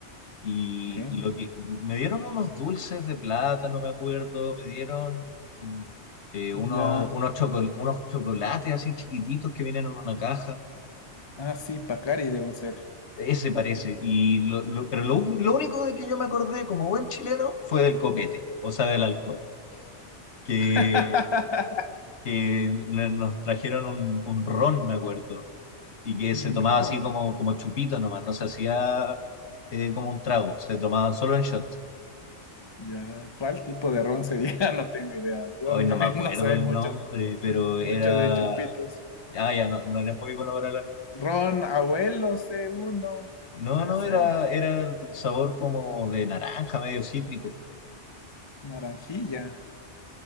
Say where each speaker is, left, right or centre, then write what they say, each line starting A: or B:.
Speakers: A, on the left; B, on the left.
A: Y
B: ¿Qué?
A: lo que me dieron unos dulces de plátano, me acuerdo, me dieron eh, unos,
B: Ya.
A: unos, chocol- unos chocolates así chiquititos que vienen en una caja.
B: Ah, sí, Pacari deben ser.
A: Ese parece. Y lo, lo- pero lo, lo único de que yo me acordé como buen chileno fue del copete, o sea, del alcohol. que
B: <laughs>
A: que n- nos trajeron un, un ron, me acuerdo, y que se
B: Un
A: tomaba
B: ron.
A: así como, como chupito nomás, no se hacía eh, como un trago, se tomaba solo en shot.
B: Ya, ¿cuál tipo de ron sería? <laughs> No tengo idea. Yo
A: Hoy
B: en cambio
A: no me acuerdo
B: no soy
A: el
B: mucho,
A: nombre, pero
B: mucho
A: era...
B: de chupitos.
A: Ah, ya, no, no era muy bueno para hablar.
B: Ron abuelo c uno,
A: No,
B: puede
A: no,
B: ser.
A: era, era sabor como de naranja, medio cítrico.
B: Naranjilla.